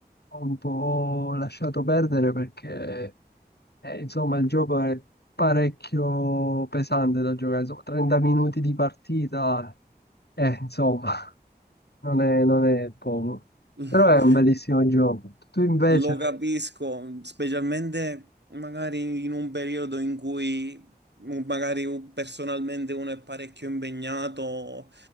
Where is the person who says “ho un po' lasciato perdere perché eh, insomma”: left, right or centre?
Left